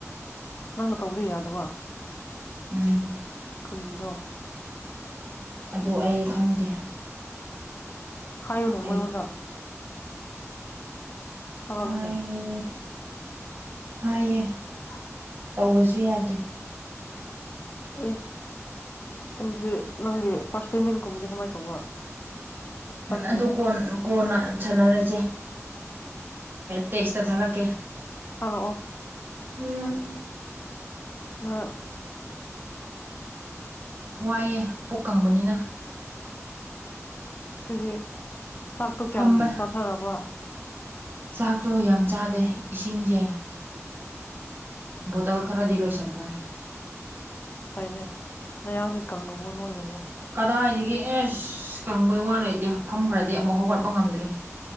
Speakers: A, on the left; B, on the right.
A: ꯅꯪꯅ ꯇꯧꯕꯗ ꯌꯥꯗꯕ
B: ꯎꯝ
A: ꯀꯏꯒꯤꯔꯣ
B: ꯑꯗꯨ ꯑꯩ ꯈꯪꯗꯦ
A: ꯍꯥꯏꯌꯣꯅꯦ
B: ꯑꯩ
A: ꯃꯣꯏꯉꯣꯟꯗ ꯊꯥꯒꯠꯂꯨꯅꯦ
B: ꯍꯥꯏꯌꯦ ꯍꯥꯏꯌꯦ
A: <unintelligible>
B: ꯇꯧꯔꯁꯨ ꯌꯥꯗꯦ
A: ꯑꯦ ꯑꯗꯨꯗꯤ ꯅꯪꯒꯤ ꯐꯥꯔꯁ ꯄꯦꯃꯦꯟꯒꯨꯝꯕꯗꯤ ꯀꯃꯥꯏꯅ ꯇꯧꯕ ꯆꯪꯗ꯭ꯔꯦ
B: ꯑꯗꯨ ꯀꯣꯟ ꯀꯣꯟꯅ ꯁꯥꯟꯅꯔꯁꯦ ꯇꯦꯛꯁꯇ ꯊꯥꯔꯛꯀꯦ
A: ꯊꯥꯔꯛ ꯑꯣ
B: <unintelligible>
A: ꯍ
B: ꯋꯥꯏꯑꯦ ꯄꯨꯛ ꯀꯪꯕꯅꯤꯅ
A: ꯁꯤꯗꯤ ꯆꯥꯛꯇꯣ ꯀꯌꯥꯝ
B: ꯐꯝꯕ
A: ꯆꯥꯊꯔꯕ
B: ꯆꯥꯛꯇꯣ ꯌꯥꯝ ꯆꯥꯗꯦ ꯏꯁꯤꯡꯁꯦ ꯕꯣꯇꯜ ꯈꯔꯗꯤ ꯂꯣꯏꯁꯤꯟꯈ꯭ꯔꯦ
A: ꯐꯩꯅꯦ ꯅꯌꯥꯡꯗꯤ ꯀꯪꯂꯨꯕꯣ ꯅꯣꯏꯔꯕꯣ
B: ꯀꯗꯥꯏꯗꯒꯤ ꯑꯦꯁ ꯀꯪꯕꯩ ꯋꯥ ꯂꯩꯇꯦ ꯃꯐꯝ ꯈꯔꯗꯤ ꯑꯃꯨꯛ ꯍꯧꯒꯠꯄ ꯉꯝꯗ꯭ꯔꯦ